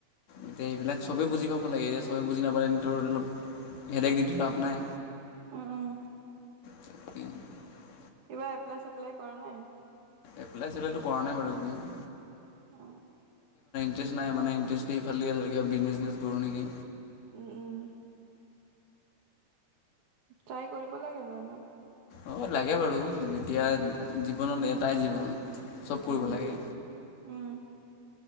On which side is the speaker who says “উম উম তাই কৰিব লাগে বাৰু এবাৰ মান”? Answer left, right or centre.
Right